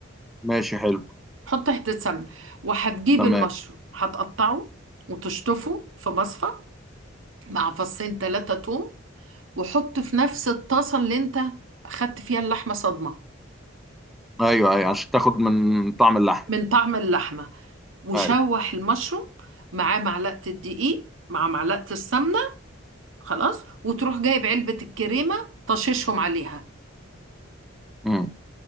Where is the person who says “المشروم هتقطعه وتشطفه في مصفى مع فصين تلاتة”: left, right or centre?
Right